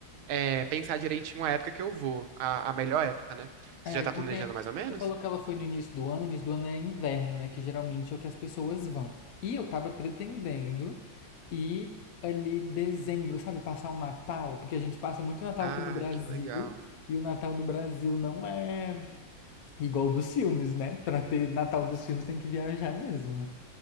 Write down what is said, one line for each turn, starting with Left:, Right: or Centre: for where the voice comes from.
Right: é, pensar direitinho a época que eu vou, a, a melhor época, né?
Left: É,
Right: Você já tá
Left: porque
Right: planejando mais ou menos?
Left: você falou que ela foi no início do ano, início do ano é inverno, né? Que geralmente é o que as pessoas vão. E eu tava pretendendo ir ali dezembro, sabe? Passar o Natal, porque a gente passa muito Natal
Right: Ah,
Left: aqui no Brasil,
Right: que legal.
Left: e o Natal no Brasil não é igual dos filmes, né? Pra ter Natal dos filmes tem que viajar mesmo.